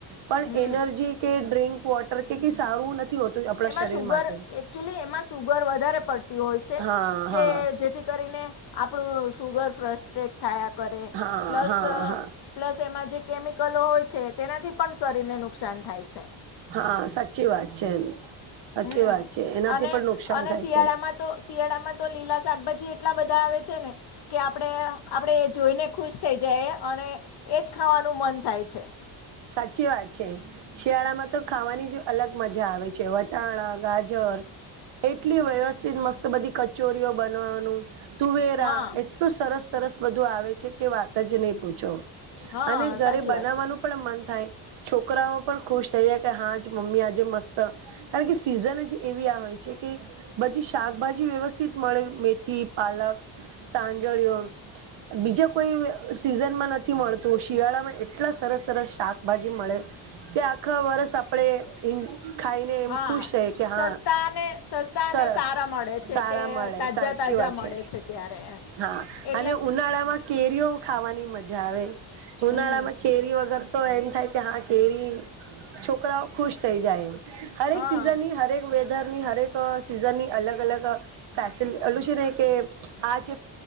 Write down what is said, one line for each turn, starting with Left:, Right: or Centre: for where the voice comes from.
Right: પણ
Left: હમ
Right: એનર્જી કે ડ્રિંક વોટર કે કઈ સારું નથી હોતું. આપણા
Left: એમાં
Right: શરીર
Left: સુુગર
Right: માટે
Left: એકચુલી એમાં સુુગર વધારે પડતી હોય છે.
Right: હા હા
Left: કે જેથી કરીને આપણું શુગર ફ્રસ્ટેડ થયાં કરે
Right: હા
Left: પ્લસ
Right: હા હા
Left: પ્લસ એમાં જે કેમિકલો હોય છે, તેનાથી પણ શરીરને નુકસાન થાય છે.
Right: હા સાચી વાત છે, સાચી
Left: હમ
Right: વાત છે, એનાથી
Left: અને
Right: પણ નુકસાન
Left: અને
Right: થાય
Left: શિયાળામાં
Right: છે.
Left: તો શિયાળામાં તો લીલા શાકભાજી એટલા બધા આવે છે, ને કે આપણે આપણે એ જોઈને ખુશ થઈ જાયે અને એ જ ખાવાનું મન થાય છે.
Right: સાચી વાત છે, શિયાળામાં તો ખાવાની જ અલગ મજા આવે છે, વટાણા, ગાજર એટલી વ્યવસ્થિત મસ બધી કચોરીઓ બનવાનું તુવેરા
Left: હા
Right: એટલું સરસ સરસ બધું આવે છે, કે વાત જ નહી પૂછો
Left: હા
Right: અને ઘરે
Left: સાચી
Right: બનાવવાનું
Left: વાત છે
Right: પણ મન થાય છોકરાઓ પણ ખુશ થઈ જાય કે હા જ મમ્મી આજે મસ્ત કારણ કે સિઝન જ એવી આ હોય છે, કે બધી શાકભાજી વ્યવસ્થિત મળે મેથી, પાલક તાંજોળિયો બીજા કોઈ સીઝનમાં ન થી મળતું શિયાળામાં એટલા સરસ સરસ શાકભાજી મળે કે આખા વર્ષ આપણે એ ખાઈને એમ
Left: હા
Right: ખુશ રહે કે
Left: સસ્તા
Right: હા
Left: અને સસ્તા
Right: સરસ
Left: અને સારા મળે છે
Right: સારા
Left: કે
Right: મળે
Left: તાજા
Right: સાચી
Left: તાજા
Right: વાત
Left: મળે
Right: છે,
Left: ત્યારે એમ
Right: હા
Left: એટલે
Right: અને ઉ નાળામાં કેરીઓ ખાવાની મજા આવે
Left: હમ,
Right: ઉનાળામાં કેરી વગર તો એમ થાય કે હા કેરી છોકરાઓ ખુશ થઈ જાય હર
Left: હા
Right: એક સીઝનની હર એક વે દરની હર એક સિઝનની અલગ અલગ ફેસલ એટલું છે, ને કે આ છે.